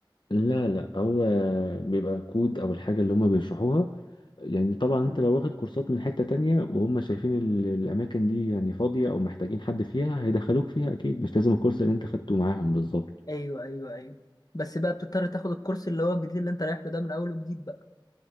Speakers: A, on the left; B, on the left.
A: لا لا هو بيبقى كود او الحاجه اللي هما بيشرحوها يعني طبعا انت
B: امم
A: لو واخد كورسات من حته تانية وهم شايفين ال- الاماكن دي يعني فاضيه او محتاجين حد فيها هيدخلوك فيها اكيد مش لازم الكورس اللي انت خدته معاهم بالظبط
B: أيوه أيوه أيوه بس بقى بتضطر تاخد الكورس اللي هو الجديد اللي أنت رايح له ده من أول وجديد بقى